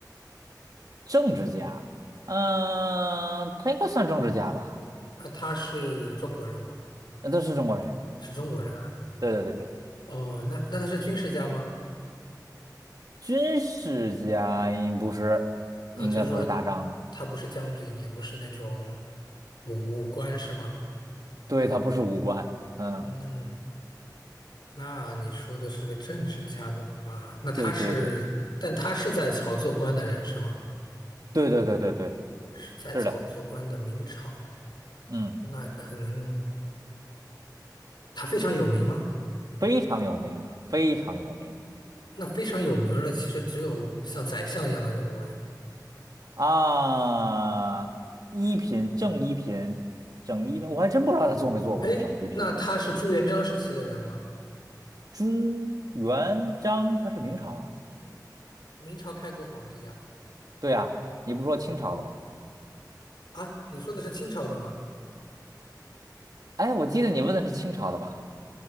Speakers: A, on the right (about 60°); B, on the left (about 80°).
A: 政治家，嗯、他应该算政治家吧，
B: 那他是中国人吗？
A: 那都是中国人，
B: 是中国人啊。
A: 对对对对，
B: 哦，那那他是军事家吗？
A: 军事家应不是，
B: 啊，
A: 应该不是打仗的。
B: 就是说他不是将军，也不是那种武武官是吗？
A: 对，它不是无官，嗯，
B: 嗯，那你说的是个政治家的话，那他是，
A: 对对对
B: 但他是在朝做官的人是吗？
A: 对对对对对，
B: 是在朝做官的明朝，
A: 是的，嗯，
B: 那可能他非常有名吗？
A: 非常有名，非常有名
B: 那非常有名儿的其实只有像宰相一样的人物哎。
A: 啊！一品正一品整一品，我还真不知道他做没做过整一品。
B: 哎，那他是朱元璋时期的人吗？
A: 朱元璋他是明朝啊？
B: 明朝开国皇帝呀、
A: 对啊，你不说清朝的吗？
B: 啊？啊你说的是清朝的吗？
A: 哎，我记得你问的是清朝的吧？